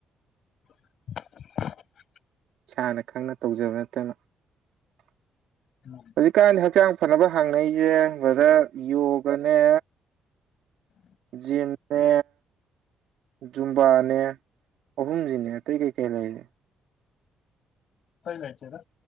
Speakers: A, on the left; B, on the right.
A: <unintelligible>
B: ꯏꯁꯥꯅ ꯈꯪꯅ ꯇꯧꯖꯕ ꯅꯠꯇꯅ
A: ꯎꯝ
B: ꯍꯧꯖꯤꯛꯀꯥꯟꯗꯤ ꯍꯛꯆꯥꯡ ꯐꯅꯕ ꯍꯥꯡꯅꯩꯖꯦ ꯕꯔ꯭ꯗꯔ ꯌꯣꯒꯅꯦ ꯖꯤꯝꯅꯦ ꯖꯨꯝꯕꯥꯅꯦ ꯑꯍꯨꯝꯖꯤꯅꯦ ꯑꯇꯩ ꯀꯩ ꯀꯩ ꯂꯩꯂꯤ
A: ꯍꯩ ꯂꯩꯇꯦꯗ